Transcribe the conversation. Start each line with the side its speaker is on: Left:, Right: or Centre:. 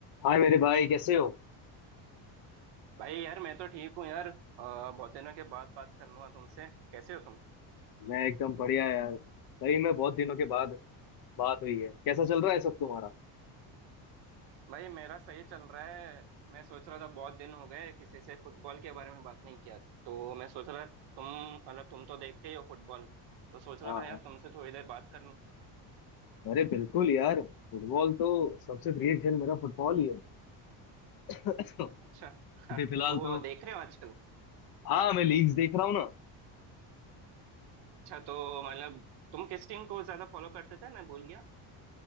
Left: हाय मेरे भाई कैसे हो
Right: भाई यार मैं तो ठीक हूँ यार अ, बहुत दिनों के बाद बात करना तुमसे कैसे हो तुम
Left: मैं एकदम बढ़िया यार भाई मैं बहुत दिनों के बाद बात हुई है कैसा चल रहा है सब तुम्हारा
Right: भाई मेरा सही चल रहा है मैं सोच रहा था बहुत दिन हो गए किसी से फुटबॉल के बारे में बात नहीं किया तो मैं सोच रहा तुम मतलब तुम तो देखते ही हो फुटबॉल तो सोच रहा
Left: हाँ
Right: था यार
Left: हाँ
Right: तुमसे थोड़ी देर बात कर लूँ
Left: अरे बिल्कुल यार फुटबॉल तो सबसे प्रिय खेल मेरा फुटबॉल ही है <laughs> <coughs>
Right: अच्छा <laughs> हाँ
Left: अभी फिलहाल
Right: तो
Left: तो
Right: देख रहे हो आजकल
Left: हाँ मैं लीग्स देख रहा हूँ ना
Right: अच्छा तो मतलब तुम किस टीम को ज्यादा फॉलो करते थे मैं भूल गया